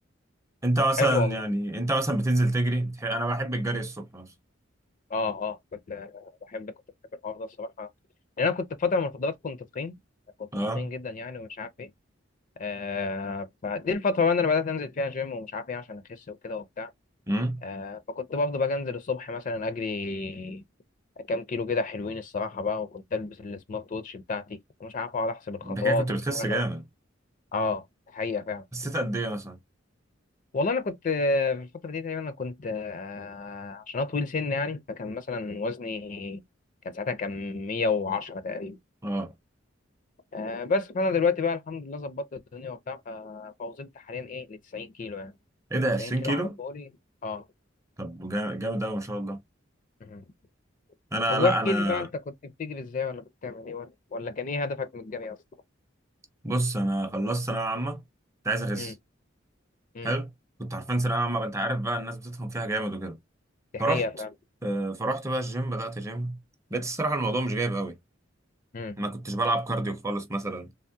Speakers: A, on the right (about 15°); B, on the left (about 40°).
A: انت
B: طب
A: مثلا
B: حلو والله
A: يعني انت مثلا بتنزل تجري بتح... انا بحب الجري الصبح مثلا
B: اه اه كنت بحب كنت بحب الحوار ده الصراحه لان انا كنت في فتره من الفترات كنت تخين كنت
A: اه
B: تخين جدا يعني ومش عارف ايه آه فدي الفتره بقى اللي انا بدات انزل فيها جيم ومش عارف ايه عشان اخس وكده وبتاع
A: امم
B: آه فكنت برضه بقى انزل الصبح مثلا اجري كام كيلو كده حلوين الصراحه بقى وكنت البس السمارت ووتش بتاعتي ومش عارف اقعد احسب الخطوات
A: <laughs> انت كده كنت
B: وبشوف
A: بتخس
B: انا
A: جامد
B: اه حقيقه فعلا
A: خسيت قد ايه مثلا
B: والله انا كنت آه، في الفتره دي تقريبا انا كنت آه، عشان انا طويل سن يعني فكان مثلا وزني كان ساعتها كان 110 تقريبا
A: اه
B: آه، بس فانا دلوقتي بقى الحمد لله ظبطت الدنيا وبتاع ف- فوصلت حاليا ايه ل 90 كيلو يعني
A: ايه ده
B: 90
A: 20
B: كيلو
A: كيلو
B: على طولي اه
A: طب جا- جامد قوي ما شاء الله
B: مهم.
A: انا
B: طب واحكي
A: لا انا
B: لي بقى انت كنت بتجري ازاي ولا كنت بتعمل ايه ولا ولا كان ايه هدفك من الجري اصلا
A: بص انا خلصت ثانويه عامه كنت عايز اخس
B: امم امم
A: حلو كنت عارفين ثانويه عامه انت عارف بقى الناس بتتخن فيها جامد وكده
B: دي
A: فرحت
B: حقيقه فاهم
A: آه، فرحت بقى الجيم بدات جيم لقيت الصراحه الموضوع مش جايب قوي
B: امم
A: ما كنتش بلعب كارديو خالص مثلا